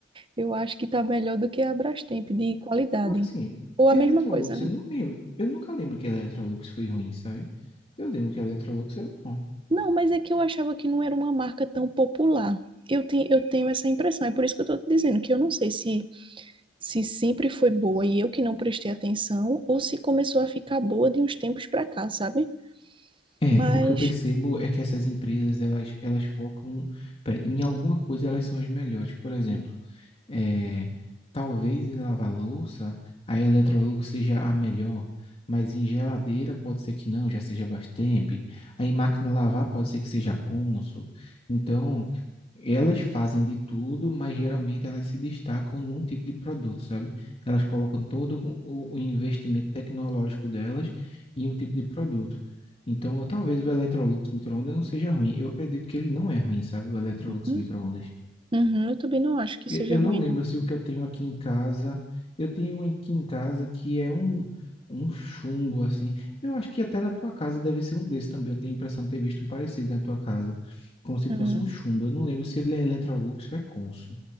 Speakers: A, on the right; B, on the left.
A: Eu acho que está melhor do que a Brastemp de qualidade.
B: Agora, assim,
A: Ou a
B: Electrolux,
A: mesma coisa, né?
B: eu não lembro. Eu nunca lembro que a Electrolux foi ruim, sabe? Eu lembro que a Electrolux é bom.
A: Não, mas é que eu achava que não era uma marca tão popular. Eu tenho, eu tenho essa impressão, é por isso que eu estou dizendo que eu não sei se, se sempre foi boa e eu que não prestei atenção, ou se começou a ficar boa de uns tempos para cá, sabe?
B: É,
A: Mas
B: o que eu percebo é que essas empresas, elas, elas focam pra- em alguma coisa, elas são as melhores. Por exemplo, É, talvez em lava-louça a Electrolux seja a melhor, mas em geladeira pode ser que não, já seja Brastemp. Aí em máquina de lavar pode ser que seja Consul. Então, elas fazem de tudo, mas geralmente elas se destacam num tipo de produto, sabe? Elas colocam todo o, o investimento tecnológico delas em um tipo de produto. Então, talvez o Electrolux micro-ondas não seja ruim. Eu acredito que ele não é ruim, sabe? O Electrolux
A: Uhum,
B: micro-ondas.
A: uhum, eu também não acho que
B: Eu
A: seja
B: eu
A: ruim,
B: não lembro
A: não.
B: se o que eu tenho aqui em casa. Eu tenho um aqui em casa que é um, um chumbo, assim. Eu acho que até na tua casa deve ser um desse também. Eu tenho a impressão de ter visto um parecido na tua casa. Como se
A: Uhum.
B: fosse um chumbo. Eu não lembro se ele é Electrolux ou é Consul.